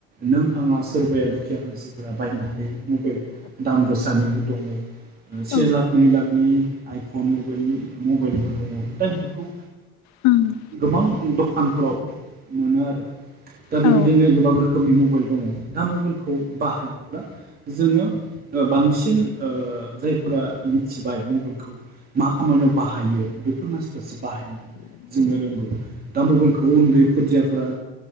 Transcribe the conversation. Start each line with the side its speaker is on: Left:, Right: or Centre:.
Right: नों आंहा सोरबाया दुखिया मानसिफोरा बायनो हायो मबाइल दाम गोसानिबो दङ से
Left: औ
Right: लाख नै लाखनि आइफन मबाइलनि मबाइलबो दङ दा बेफोरखौ
Left: उम
Right: गोबां दखानफोराव मोनो आरो दा
Left: औ
Right: बेबायदिनो गोबां रोखोमनि मबाइल दङ दा मबाइलखौ बाहायनो बा जोङो बांसिन जायफोरा मिथिबाय मबाइलखौ मा खामानियाव बाहायो बेफोर मानसिफ्रासो बाहायो जोङो रोंगौ दा मबाइलखौ उन्दै खुदियाफोरा